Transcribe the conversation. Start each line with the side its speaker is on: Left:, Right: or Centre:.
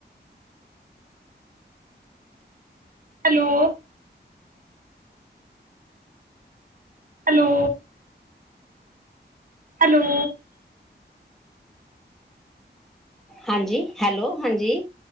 Right: hello. Hello. Hello.
Centre: ਹਾਂਜੀ, ਹੈਲੋ। ਹਾਂਜੀ